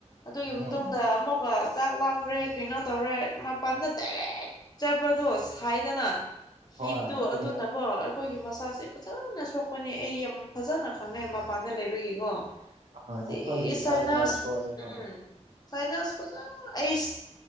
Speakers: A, on the left; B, on the right.
A: ꯑꯗꯨꯒꯤ
B: ꯎꯝ
A: ꯃꯇꯨꯡꯗ ꯑꯃꯨꯛꯀ ꯆꯥꯛ ꯂꯥꯡꯈ꯭ꯔꯦ ꯀꯩꯅꯣ ꯇꯧꯔꯦ ꯃꯄꯥꯟꯗ ꯗꯥꯏꯔꯦꯛ ꯆꯠꯕꯗꯣ ꯁꯥꯏꯗꯅ
B: ꯍꯣꯏ
A: ꯍꯤꯠꯇꯣ
B: ꯑꯗꯨꯅꯦ
A: ꯑꯗꯨꯅꯀꯣ ꯑꯩꯈꯣꯏꯒꯤ ꯃꯁꯥꯁꯦ ꯐꯖꯅ ꯁꯣꯛꯄꯅꯤ ꯑꯩ ꯌꯥꯝ ꯐꯖꯅ ꯈꯪꯉꯦ ꯄꯥꯟꯗ ꯂꯩꯕꯒꯤꯀꯣ
B: ꯍꯣꯏ
A: ꯁꯤꯁꯥꯏꯅꯁ
B: ꯑꯩꯈꯣꯏꯒꯤ ꯏꯁꯥꯗ ꯌꯥꯝ ꯁꯣꯛꯑꯦ ꯍꯣꯏ
A: ꯎꯝ ꯁꯥꯏꯅꯁ ꯐꯖ ꯑꯩꯁ